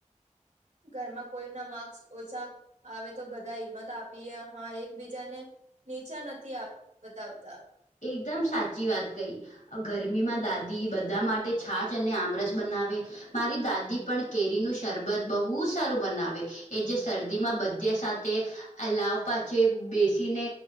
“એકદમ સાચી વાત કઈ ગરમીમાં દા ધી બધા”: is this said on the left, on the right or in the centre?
Left